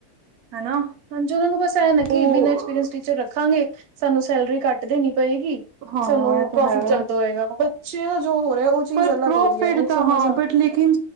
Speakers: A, on the right; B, on the right.
A: ਹਨਾ।
B: ਹਾਂਜੀ ਉਹਨਾਂ ਨੂੰ ਬਸ ਐਂ ਆ ਕਿ
A: ਉਹ
B: ਬਿਨਾਂ ਐਕਸਪੀਰੀਅੰਸ ਟੀਚਰ ਰੱਖਾਂਗੇ। ਸਾਨੂੰ ਸੈਲਰੀ ਕੱਟ ਦੇਣੀ ਪਏਗੀ।
A: ਹਾਂ
B: ਸਾਨੂੰ
A: ਇਹ
B: ਪ੍ਰੋਫਿਟ
A: ਤਾਂ ਹੈ
B: ਜ਼ਿਆਦਾ ਹੋਏਗਾ। ਬੱਚੇ ਜੋ ਹੋ ਰਿਹਾ ਉਹ ਚੀਜ਼
A: ਪਰ
B: ਅਲੱਗ
A: ਪ੍ਰੋਫਿਟ
B: ਹੋ ਰਹੀ ਐ। ਉਹ
A: ਦਾ
B: ਸਮਝ
A: ਹਾਂ
B: ਆ
A: ਬਟ ਲੇਕਿਨ